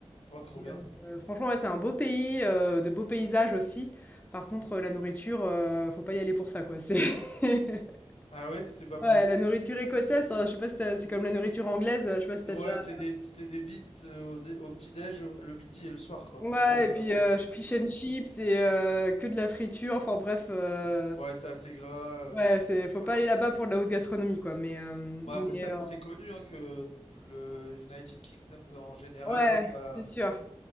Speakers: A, on the left; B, on the left.
A: oh, trop
B: et
A: bien.
B: heu, franchement, ouais, c'est un beau pays, heu, de beaux paysages aussi. Par contre, heu, la nourriture, heu, faut pas y aller pour ça, quoi. C'est <laughs>
A: Ah ouais, c'est pas bon?
B: ouais, la nourriture écossaise, heu, je sais pas si tu c'est comme la nourriture anglaise, heu, je sais pas si
A: Ouais,
B: t'as déjà
A: c'est des, c'est des beans euh, au, dé- au petit-déj, euh, le midi et le soir, quoi,
B: Ouais
A: en gros, c'est
B: et puis,
A: ça.
B: heu, fish and chips et heu, que de la friture, enfin bref, heu,
A: Ouais, c'est assez gras, euh,
B: ouais, c'est faut
A: ouais.
B: pas aller là-bas pour de la haute gastronomie quoi, mais hem,
A: Bon, après,
B: mais
A: c'est assez
B: heu,
A: connu, hein, que le United Kingdom, en général,
B: ouais,
A: c'est pas...
B: c'est sûr.